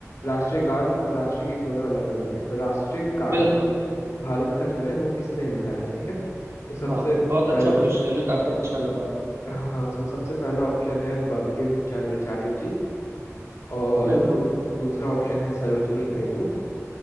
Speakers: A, on the left; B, on the right.
A: राष्ट्रीय गान और राष्ट्रीय गीत दोनों अलग अलग है तो राष्ट्रीय गान
B: बिल्कुल
A: भारत का जो है वो किसने लिखा है ठीक है तो सबसे
B: हाँ बहुत अच्छा
A: पहला
B: क्वेश्चन है काफी अच्छा लगा
A: हाँ तो सबसे पहला ऑप्शन है बंकिम चंद्र चटर्जी और
B: बिल्कुल
A: दूसरा ऑप्शन है सरोजनी नायडू